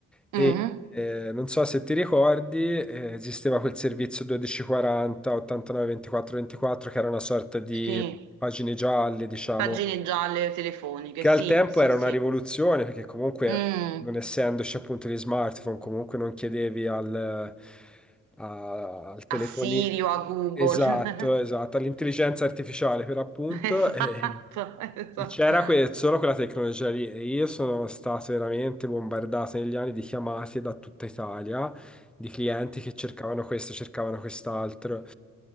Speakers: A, in the centre; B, on the right.
A: E
B: Eh, Mhm,
A: eh, non so se ti ricordi, eh, esisteva quel servizio 1240, 89, 24, 24, che era una sorta di
B: Sì,
A: pagine gialle, diciamo,
B: pagine gialle telefoniche,
A: che
B: sì,
A: al tempo
B: sì,
A: era
B: sì.
A: una rivoluzione, perché comunque
B: Mm,
A: non essendoci appunto gli smartphone, comunque non chiedevi al, a- al telefonino.
B: a Siri o a Google.
A: Esatto,
B: <laughs>
A: esatto, all'intelligenza artificiale per appunto.
B: Esatto,
A: E,
B: esatto.
A: e c'era que- solo quella tecnologia lì. E io sono stato veramente bombardato negli anni di chiamate da tutta Italia di clienti che cercavano questo, cercavano quest'altro.